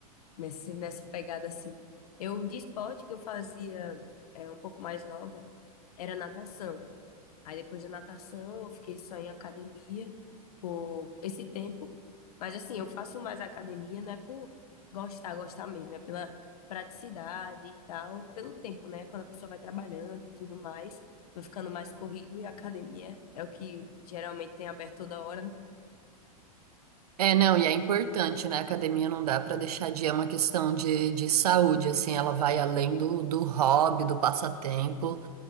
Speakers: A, on the left; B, on the right.
A: Nesse, nessa pegada assim. Eu, de esporte que eu fazia é, um pouco mais nova, era natação. Aí depois da natação, eu fiquei só em academia por esse tempo. Mas assim, eu faço mais academia, não é por gostar, gostar mesmo, é pela praticidade e tal, pelo tempo, né? Quando a pessoa vai trabalhando e tudo mais, vai ficando mais corrido e a academia é o que geralmente tem aberto toda hora, né?
B: É, não, e é importante, né? A academia não dá para deixar de é uma questão de, de saúde, assim, ela vai além do, do hobby, do passatempo,